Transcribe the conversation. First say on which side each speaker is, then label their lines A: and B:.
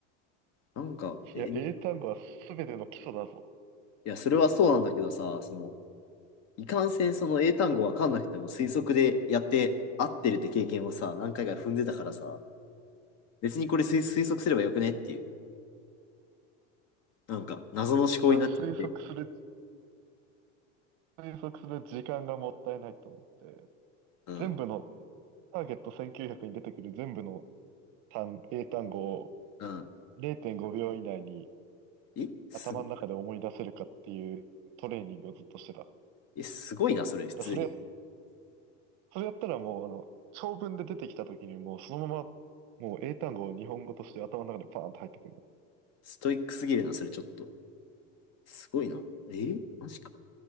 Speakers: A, on the left (about 45°); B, on the right (about 55°).
A: なんか、
B: いや、
A: えー
B: 英単語は全ての基礎だぞ。
A: いや、それはそうなんだけどさ、その、いかんせんその英単語わかんなくても推測でやって合ってるって経験をさ、何回か踏んでたからさ、別にこれ推、推測すればよくねっていう、なんか謎の思考になっちゃって。
B: 俺は推測する、推測する時間がもったいないと思って、
A: うん。
B: 全部の、ターゲット1900に出てくる全部の単、英単語を
A: うん。
B: 0.5秒以内に
A: え、すご、
B: 頭の中で思い出せるかっていうトレーニングをずっとしてた。だか
A: え、すごいな、それ、普通に。
B: らそれや、それやったらもう、あの、長文で出てきた時にもうそのまま、もう英単語を日本語として頭の中でパーンと入ってくる
A: ストイックすぎるな、それちょっと。すごいな。えーマジか。こ